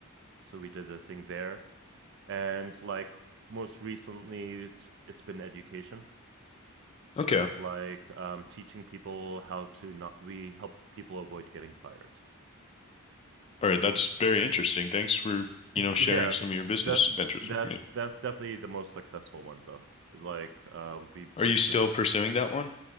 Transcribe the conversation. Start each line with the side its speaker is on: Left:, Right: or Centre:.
Right: so we did a thing there. And like most recently, it's, it's been education.
Left: Okay.
Right: So it's like um, teaching people how to not, we help people avoid getting fired.
Left: All right, that's very interesting. Thanks for, you know, sharing
Right: Yeah,
Left: some of your business
Right: that
Left: ventures
Right: that's
Left: with me.
Right: that's definitely the most successful one though. Like um we've
Left: Are
Right: worked
Left: you still
Right: with
Left: pursuing that one?